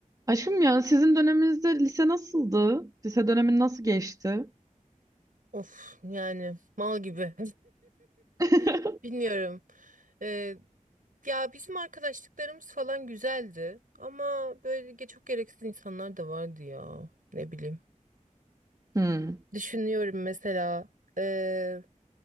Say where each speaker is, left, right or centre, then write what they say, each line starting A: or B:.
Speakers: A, on the right (about 25°); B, on the right (about 85°).
A: Aşkım ya sizin döneminizde lise nasıldı? Lise dönemin nasıl geçti?
B: Of yani mal gibi.
A: <laughs>
B: <laughs> Bilmiyorum. Ee, ya bizim arkadaşlıklarımız falan güzeldi ama böyle ge- çok gereksiz insanlar da vardı ya. Ne bileyim.
A: Hmm,
B: Düşünüyorum mesela ee,